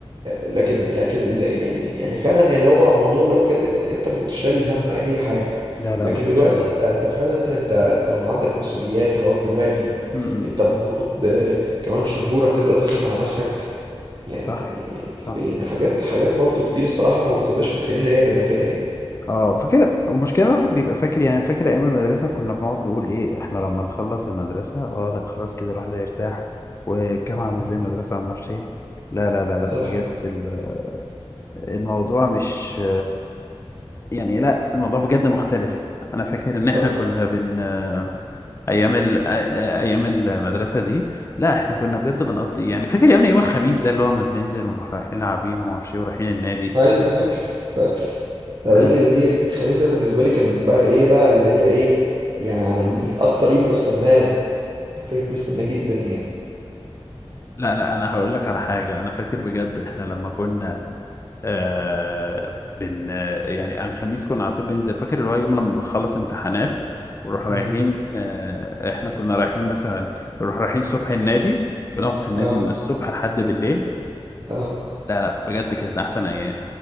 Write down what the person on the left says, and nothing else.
لا لا
ما كانش
فيها عمل.
مم.
صح
صح
اه فاكر المشكله الواحد بيبقى فاكر يعني فاكر ايام المدرسه كنا بنقعد نقول ايه احنا لما نخلص المدرسه اه لا خلاص كده الواحد هيرتاح والجامعه مش
زي المدرسه وما اعرفش ايه لا لا لا لا
بجد ال- الموضوع مش يعني لا الموضوع بجد مختلف انا فاكر ان احنا
كنا بن ايام ال... ايام المدرسه دي لا احنا كنا بجد بنقضي يعني فاكر يا ابني يوم الخميس ده اللي هو ما بننزل ونروح رايحين لاعبين وما اعرفش ايه ورايحين النادي
آه
لا لا انا هقول لك على حاجه انا فاكر بجد احنا لما كنا آه بن يعني على الخميس كنا على طول بننزل فاكر اللي هو يوم لما بنخلص امتحانات ونروح رايحين
آه احنا كنا رايحين مثلا نروح رايحين الصبح النادي بنقعد في النادي
من الصبح لحد بالليل
لا لا بجد كانت احسن ايام